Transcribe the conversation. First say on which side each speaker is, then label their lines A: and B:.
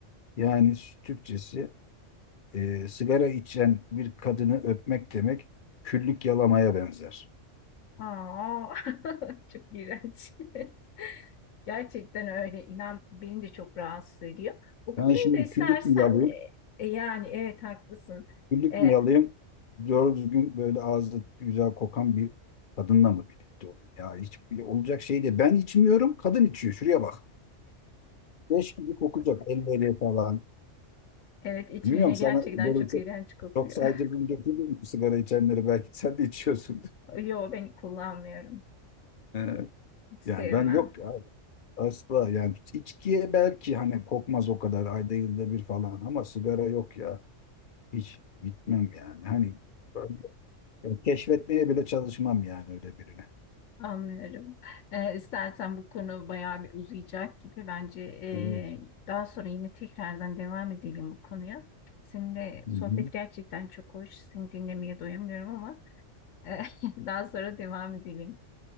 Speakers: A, on the left; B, on the left.
A: yani Türkçesi e, sigara içen bir kadını öpmek demek küllük yalamaya benzer.
B: Aa, <laughs> çok iğrenç. <laughs> Gerçekten öyle. İnan beni de çok rahatsız ediyor. Bu konuyu
A: Ben şimdi
B: da istersen
A: küllük mü yalayayım?
B: e, e, yani evet haklısın.
A: Güllük
B: E,
A: mü yalayım?
B: <laughs>
A: Doğru düzgün böyle ağzı güzel kokan bir kadınla mı birlikte olayım? Ya hiç olacak şey de ben içmiyorum, kadın içiyor. Şuraya bak. Leş gibi kokacak elleri falan.
B: evet içmeyene
A: Bilmiyorum
B: gerçekten
A: sana böyle
B: çok
A: çok
B: iğrenç kokuyor.
A: çok saydırdım döküldüm sigara içenleri belki sen de içiyorsundur. <laughs>
B: <laughs> Yo ben kullanmıyorum.
A: Ee,
B: Hiç sevmem.
A: yani ben yok ya asla yani içkiye belki hani kokmaz o kadar ayda yılda bir falan ama sigara yok ya hiç gitmem yani hani ben- ben keşfetmeye bile çalışmam yani öyle birine.
B: Anlıyorum. Ee, istersen bu konu bayağı bir uzayacak gibi. Bence e,
A: Ee,
B: daha sonra yine tekrardan devam edelim bu konuya. Seninle
A: Hı
B: sohbet
A: hı.
B: gerçekten çok hoş. Seni dinlemeye doyamıyorum ama e, <laughs> daha sonra devam edelim.